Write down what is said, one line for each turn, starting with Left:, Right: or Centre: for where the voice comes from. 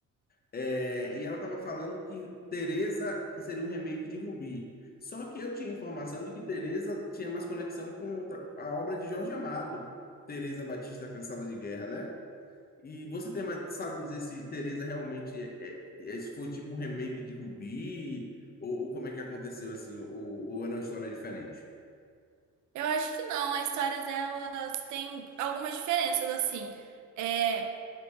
Left: É, e ela estava falando que Teresa seria um remake de Rubi. Só que eu tinha informação de que Teresa tinha mais conexão com outra- a obra de Jorge Amado, Teresa Batista Cansada de Guerra, né? E você tem mais, sabe me dizer se Teresa realmente é, é, é- se foi tipo um remake de Rubi, ou, ou como é que aconteceu assim, ou, ou era uma história diferente?
Right: Eu acho que não, as histórias delas têm algumas diferenças, assim. É,